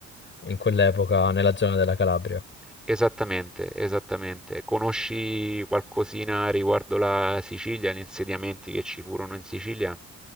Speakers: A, on the left; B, in the centre.
A: in quell'epoca nella zona della Calabria.
B: Esattamente, esattamente. Conosci qualcosina riguardo la Sicilia, gli insediamenti che ci furono in Sicilia?